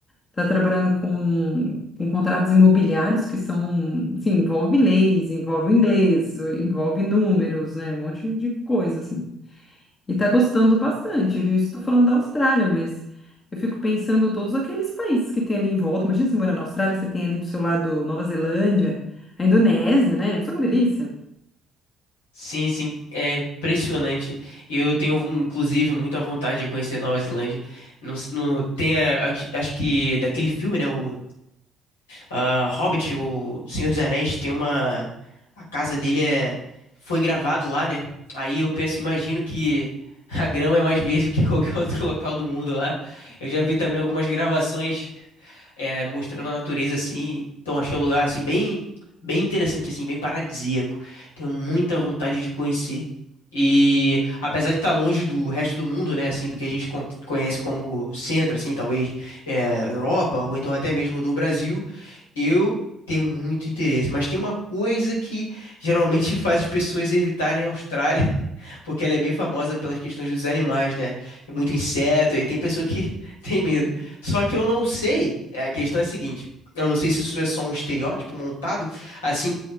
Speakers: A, on the left (about 35°); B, on the left (about 75°).
A: Está trabalhando com, com contratos imobiliários que são, assim, envolve leis, envolve inglês, envolve números, né? Um monte de coisa, assim. E tá gostando bastante, viu? Estou falando da Austrália, mas eu fico pensando todos aqueles países que tem ali em volta. Imagina você morar na Austrália, você tem ali do seu lado Nova Zelândia, a Indonésia, né? Só que delícia. <laughs>
B: Sim, sim, é impressionante. Eu tenho, inclusive, muita vontade de conhecer Nova Zelândia. no s- tem, é, acho acho que daquele filme, né? O ah, Hobbit, o Senhor dos Anéis, tem uma. A casa dele é, foi gravado lá, né? Aí eu penso, imagino que <laughs> a grama é mais verde do que qualquer <laughs> outro local do mundo lá. Eu já vi também algumas gravações é, mostrando a natureza assim. Então achei o lugar assim bem, bem interessante assim, bem paradisíaco. Tenho muita vontade de conhecer. E apesar de estar longe do resto do mundo, né, assim, do que a gente con- conhece como centro, assim, talvez é, Europa ou então até mesmo do Brasil, eu tenho muito interesse, mas tem uma coisa que geralmente <laughs> faz as pessoas evitarem a Austrália, <laughs> porque ela é bem famosa pelas questões dos animais, né? Tem muito inseto e tem pessoa que <laughs> tem medo. Só que eu não sei, é, a questão é a seguinte, eu não sei se isso é só um estereótipo montado, assim